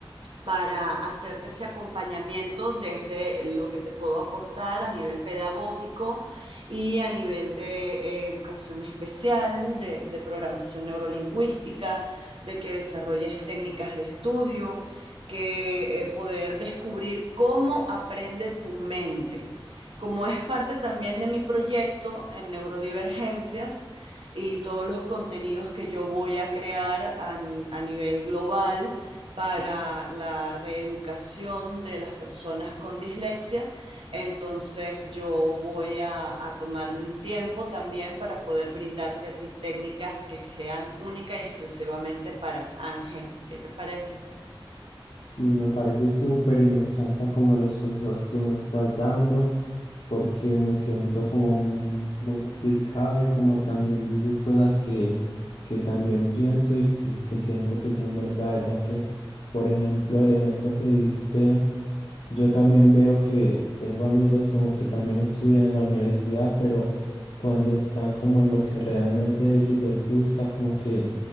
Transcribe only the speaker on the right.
para hacerte ese acompañamiento desde lo que te puedo aportar a nivel pedagógico y a nivel de eh, educación especial, de, de programación neurolingüística, de que desarrolles técnicas de estudio, que eh, poder descubrir cómo aprende tu mente. Como es parte también de mi proyecto en neurodivergencias y todos los contenidos que yo voy a crear a, a nivel global, para la reeducación de las personas con dislexia. Entonces yo voy a, a tomarme un tiempo también para poder brindarte a ti técnicas que sean únicas y exclusivamente para Ángel. ¿Qué te parece?